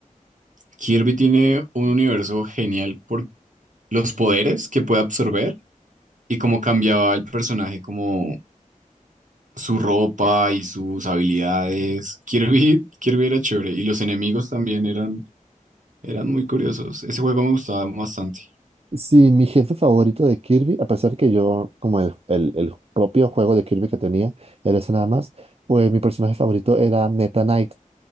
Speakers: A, on the right (about 65°); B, on the right (about 45°).
A: Kirby tiene un universo genial por los poderes que puede absorber y cómo cambiaba el personaje, como su ropa y sus habilidades. Kirby, <laughs> Kirby era chévere y los enemigos también eran, eran muy curiosos. Ese juego me gustaba bastante.
B: Sí, mi jefe favorito de Kirby, a pesar que yo, como el, el, el propio juego de Kirby que tenía, era ese nada más, pues mi personaje favorito era Meta Knight